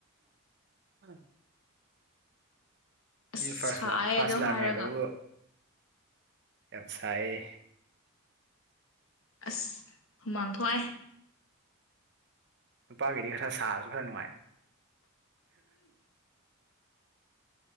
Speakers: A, on the right; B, on the left.
A: ꯎꯝ
B: ꯑꯁ
A: ꯃꯤ ꯐꯥꯁ
B: ꯁꯥꯏꯌꯦ
A: ꯂ ꯐꯥꯁ
B: ꯑꯗꯣ
A: ꯂꯥꯔꯅꯥꯔ
B: ꯍꯥꯏꯔꯒ
A: ꯌꯥꯝꯁꯥꯏ
B: ꯑꯁ ꯍꯨꯃꯥꯡ ꯊꯣꯛꯑꯦ
A: ꯅꯨꯄꯥꯒꯤꯗꯤ ꯈꯔ ꯁꯥꯔꯁꯨ ꯈꯔ ꯅꯨꯡꯉꯥꯏ